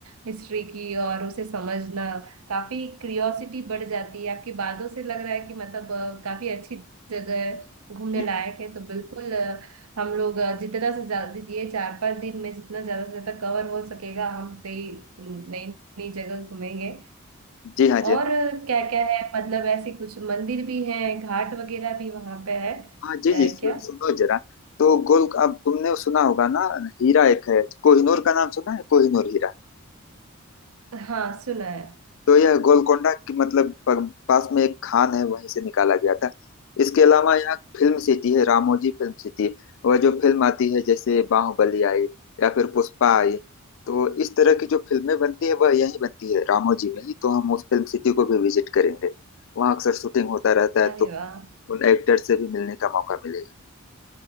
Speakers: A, on the right; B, on the left.
A: हिस्ट्री की और उसे समझना काफी क्यूरियोसिटी बढ़ जाती है आपकी बातों से लग रहा है कि मतलब अ, काफी अच्छी जगह है घूमने
B: जी
A: लायक है तो बिल्कुल अ, हम लोग अ, जितना से ज्यादा ये चार पांच दिन में जितना ज्यादा से ज्यादा कवर हो सकेगा हम कई नई नई जगह घूमेंगे
B: जी हाँ
A: और
B: जी हाँ।
A: क्या क्या है मतलब ऐसे कुछ मंदिर भी हैं घाट वगैरह भी वहां पे है
B: हाँ जी जी
A: है
B: सुन,
A: क्या
B: सुनो जरा तो गोल अब तुमने सुना होगा ना हीरा एक है कोहिनूर का नाम सुना है कोहिनूर हीरा
A: हाँ सुना है
B: तो यह गोलकोंडा की मतलब प- पास में एक खान है वहीं से निकाला गया था इसके अलावा यहाँ फिल्म सिटी है रामोजी फिल्म सिटी वह जो फिल्म आती है जैसे बाहुबली आई या फिर पुष्पा आई तो इस तरह की जो फिल्में बनती है वह यहीं बनती है रामोजी में ही तो हम उस फिल्म सिटी को भी विजिट करेंगे वहाँ अक्सर शूटिंग होता रहता है
A: अरे
B: तो
A: वाह
B: उन एक्टर्स से भी मिलने का मौका मिलेगा